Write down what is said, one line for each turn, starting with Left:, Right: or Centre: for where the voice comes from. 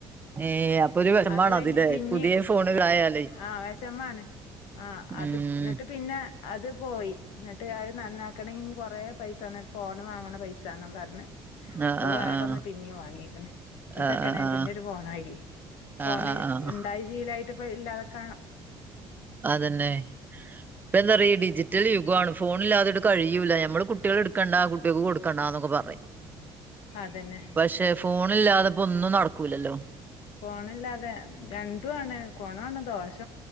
Right: ഏഹ് അപ്പൊ ഒരു വെഷമാണതില്ലേ
Left: അത് കഴിഞ്ഞു പിന്നെ
Right: പുതിയ ഫോണ് ആയാലേ
Left: ആ വെശമ്മാണ് ആഹ് അത്
Right: ഉം
Left: എന്നിട്ട് പിന്നെ അത് പോയി എന്നിട്ട് അത് നന്നാക്കണേങ്കി ഇനി കൊറേ പൈസേണം ഒരു ഫോൺ വാങ്ങണ പൈസാന്നും പർഞ്ഞ്
Right: ആഹ്
Left: ഇപ്പൊ
Right: ആഹ്
Left: വേറ
Right: ആഹ്
Left: ഒന്ന് പിന്നേം വാങ്ങീക്കണ് ഇപ്പൊ
Right: ആഹ്
Left: സെക്കനാഡിന്റെ
Right: ആഹ് ആഹ്
Left: ഒരു ഫോണായി ഫോണ്
Right: ആഹ് ആഹ് ആഹ്
Left: ഇണ്ടായി ചീലായിട്ട് ഇപ്പ ഇല്ലാതെക്ക
Right: അതന്നെ ഇപ്പ എന്താറിയോ ഇ ഡിജിറ്റൽ യുഗാണ് ഫോണില്ലാതെട്ട് കഴിയൂല്ല നമ്മള് കുട്ടിയള് എടുക്കണ്ട കുട്ടികക്ക് കൊടുക്കണ്ടാന്നൊക്കെ പറയും
Left: അതന്നെ
Right: പക്ഷെ ഫോണില്ലാതെപ്പൊ ഒന്നും നടക്കൂലല്ലോ
Left: ഫോണില്ലാതെ രണ്ടു ആണ് കൊണാണ് ദോഷ്